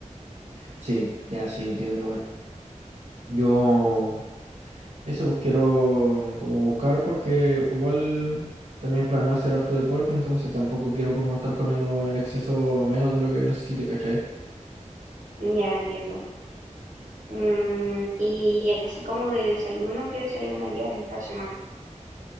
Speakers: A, on the right; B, on the right.
A: Sí, ya sí entiendo, weón. Yo eso pues, quiero como buscar porque igual también planeo hacer harto deporte, entonces tampoco quiero como estar comiendo en exceso menos de lo que necesite, ¿cachai?
B: ya entiendo. Mm, y así como de desayuno, ¿qué desayunarías esta semana?